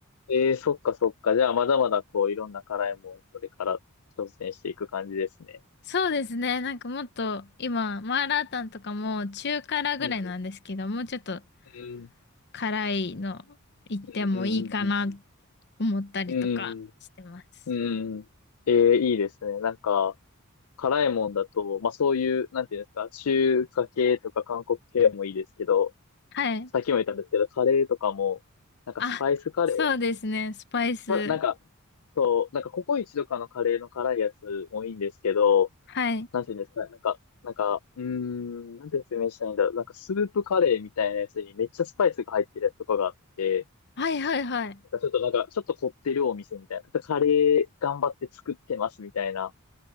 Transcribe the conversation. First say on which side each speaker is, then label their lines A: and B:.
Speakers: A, on the left; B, on the left.
A: ええ、そっかそっか。じゃあ、まだまだこう、いろんな辛いもん、これから挑戦していく感じですね。
B: そうですね。なんかもっと今、マーラータンとかも中辛ぐらいなんですけど、
A: うん
B: もうちょっと
A: うん
B: 辛いの行ってもいいかな
A: うんうん
B: 思ったりとかしてます。
A: うんうんうんうんうんうん。ええ、いいですね。なんか、辛いもんだと、まあそういう、なんていうんですか、中華系とか韓国系もいいですけど、
B: はい。
A: さっきも言ったんですけど、カレーとかも、なんかスパイスカレー
B: あ、そうですね。スパイス。
A: かなんか、そう、なんかココイチとかのカレーの辛いやつもいいんですけど、
B: はい。
A: なんていうんですかね、なんか、なんか、うーん、なんて説明したらいいんだろう。なんかスープカレーみたいなやつにめっちゃスパイスが入ってるやつとかがあって、
B: はいはいはい。
A: なんかちょっとなんか、ちょっと凝ってるお店みたいな。カレー頑張って作ってますみたいな